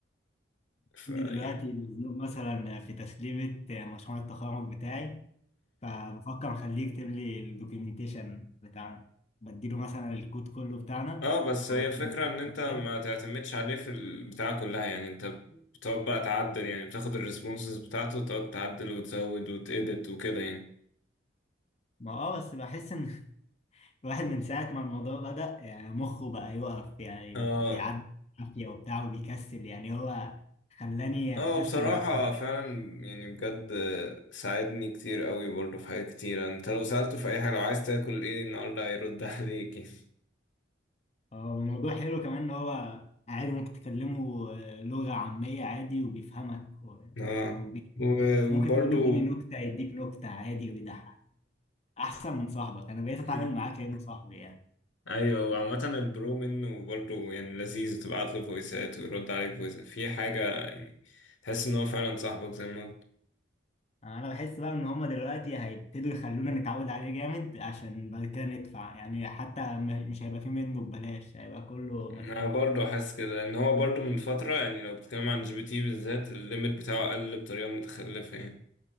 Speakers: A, on the left; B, on the left.
A: ف
B: عندي
A: يعني
B: دلوقتي مزنوق مثلا في تسليمه آه، مشروع التخرج بتاعي فبفكر اخليه يكتب لي الدوكيومنتيشن بتاعنا بديله مثلا الكود كله بتاعنا
A: اه بس
B: بقول
A: هي
B: له
A: فكرة
B: الكلام
A: ان انت ما
B: ده
A: تعتمدش عليه في البتاع كلها يعني انت بتقعد بقى تعدل يعني بتاخد الريسبونسز بتاعته وتقعد تعدل وتزود وتedit وكده يعني
B: ما اه بس بحس ان الواحد من ساعة ما الموضوع بدأ يعني مخه بقى يقف يعني
A: اه
B: بيعدي عافية وبتاع وبيكسل يعني هو خلاني
A: اه
B: أكسل
A: بصراحة
B: جدا
A: فعلا يعني بجد آه، ساعدني كتير قوي برضه في حاجات كتيرة انت لو سألته في اي حاجة لو عايز تاكل ايه النهاردة هيرد عليك <laughs> يعني.
B: آه، والموضوع حلو كمان إن هو عادي ممكن تكلمه آه، لغة عامية عادي وبيفهمك و-
A: اه
B: وبي-
A: و-
B: ممكن
A: وبرضه
B: تقول له اديني نكتة يديك نكتة عادي ويضحك أحسن من صاحبك أنا بقيت
A: <laughs>
B: أتعامل معاه كأنه صاحبي يعني
A: ايوه وعامة البرو منه برضه يعني لذيذ تبعت له فويسات ويرد عليك فويس في حاجة يعني تحس ان هو فعلا صاحبك زي ما قلت.
B: انا بحس بقى ان هما دلوقتي هيبتدوا يخلونا نتعود عليه جامد عشان بعد كده ندفع يعني حتى م- مش هيبقى فيه منه ببلاش هيبقى كله
A: انا
B: مدفوع
A: برضه حاسس كده ان هو برضه من فترة يعني لو بتتكلم عن جي بي تي بالذات الليميت بتاعه قل بطريقة متخلفة يعني